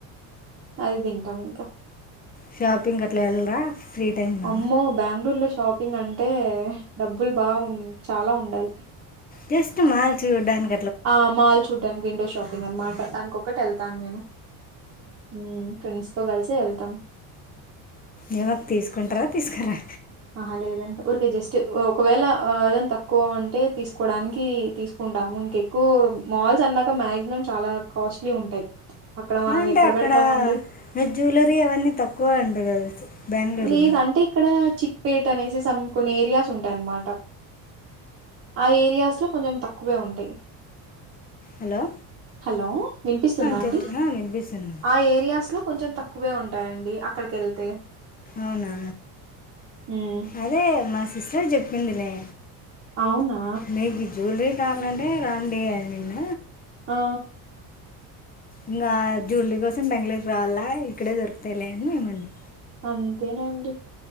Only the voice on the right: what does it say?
అది తింటాం ఇంకా
అమ్మో బెంగళూరు లో షాపింగ్ అంటే డబ్బులు బా చాలా ఉండాలి
ఆ మాల్ చూడ్డానికి విండో షాపింగ్ అని మాట దానికి ఒకటె వెళ్తాను నేను హమ్ ఫ్రెండ్స్ తో కలిసే వెళ్తాం
ఆహా లేదంట ఊరికే జస్ట్ ఒకవేళ అదంత ఎక్కువ ఉంటే తీసుకోవడానికి తీసుకుంటాము ఇంకెక్కువ మాల్స్ అన్నాక మాక్సిమం చాలా కాస్ట్లీ ఉంటాయి అక్కడ మనం
ఎక్కడ
పెడతామండి
లేద అంటే ఇక్కడ చిక్పేట్ అనేసి సం కొన్ని ఏరియాస్ ఉంటాయన్నమాట ఆ ఏరియాస్ లో కొంచెం తక్కువే ఉంటాయి
హలో వినిపిస్తుందా
అండి
ఆ ఏరియాస్ లో కొంచెం తక్కువే ఉంటాయండి అక్కడికేళ్తే
ఉమ్
అవునా
ఆ
అంతేలెండి